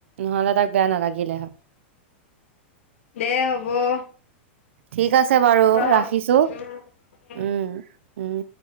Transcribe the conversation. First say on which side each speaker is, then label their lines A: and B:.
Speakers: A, on the right (about 75°); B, on the left (about 85°).
A: নহলে তাক বেয়া নালাগিলে হয়
B: দে হ'ব
A: ঠিক আছে বাৰু
B: ন
A: ৰাখিছো
B: উম
A: উম উম